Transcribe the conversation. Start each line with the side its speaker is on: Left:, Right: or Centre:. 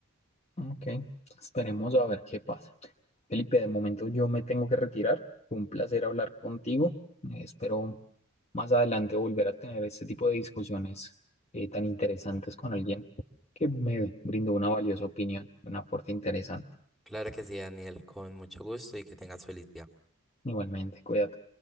Left: Ok, esperemos a ver qué pasa. Felipe, de momento yo me tengo que retirar. Fue un placer hablar contigo. Eh, espero más adelante volver a tener este tipo de discusiones eh, tan interesantes con alguien que me brindó una valiosa opinión, un aporte interesante.
Centre: Claro que sí, Daniel, con mucho gusto y que tengas felicidad.
Left: Igualmente, cuídate.